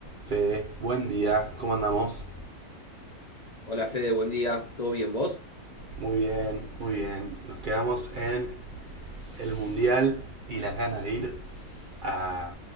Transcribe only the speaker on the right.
Fede, buen día, ¿cómo andamos?
Muy bien, muy bien. Nos quedamos en el Mundial y las ganas de ir a